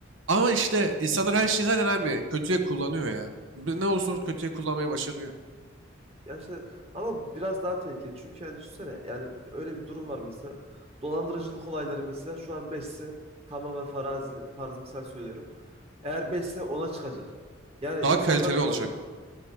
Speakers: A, on the right (about 75°); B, on the right (about 30°).
A: Ama
B: Yani
A: işte
B: mesela evet.
A: insanlar her şeyi zaten abi kötüye kullanıyor ya. Bir- Ne olursa olsun kötüye kullanmayı başarıyor.
B: Ya işte ama bu biraz daha tehlikeli. Çünkü yani düşünsene yani öyle bir durum var mesela. Dolandırıcılık olayları mesela şu an 5'se tamamen farazi, farz misal söylüyorum. Eğer 5'se ona çıkacak. Yani
A: Daha
B: insanların
A: kaliteli
B: kan-
A: olacak.